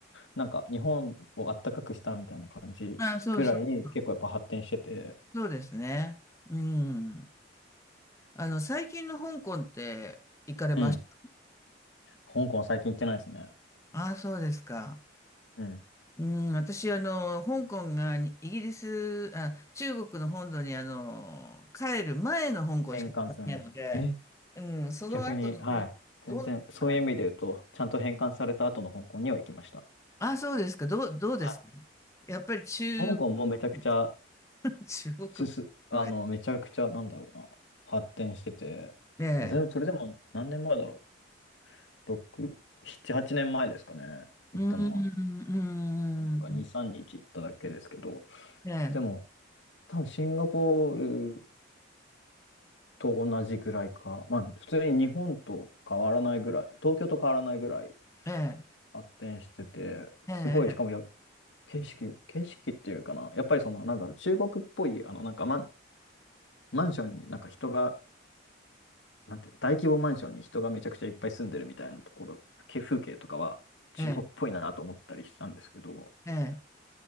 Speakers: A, on the left (about 75°); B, on the left (about 15°).
A: なんか日本をあったかくしたみたいな感じぐらいに結構やっぱ発展してて、
B: まあ、そうそうそう、そうですね。うん。あの、最近の香港って行かれました
A: うん。香港は最近行ってないですね。
B: ああ、そうですか。
A: うん。
B: うん、私、あの、香港がにイギリス、あ、中国の本土に、あの、帰る前の香港しか行かないので、
A: 返還する前に。え
B: うん、その後の香港、
A: 逆に、はい。
B: どうなのかな
A: 全然、そういう意味で言うと、ちゃんと返還された後の香港には行きました。
B: あ、そうですか。どう、どうですか。
A: はい
B: やっぱり中、
A: 香港もめちゃくちゃ、
B: <laughs> 中国の絵、
A: すす、あの、めちゃくちゃ、なんだろうな、発展してて、
B: ええ、
A: 全然それでも何年前だろう。6、7、8年前ですかね。行ったのは。
B: うーん、うーん、
A: なんか2、3日行っただけですけど。
B: ええ、
A: でも、多分シンガポールと同じぐらいか。まあ、普通に日本と変わらないぐらい、東京と変わらないぐらい
B: ええ、
A: 発展してて、
B: ええ、
A: すごい、しかもや景色、景色っていうかな。やっぱりその、なんだろう、中国っぽい、あの、なんかマン、マンションになんか人が、なんて、大規模マンションに人がめちゃくちゃいっぱい住んでるみたいなところ、風景とかは中国っぽいなと思ったりしたんですけど、
B: ええ、ええ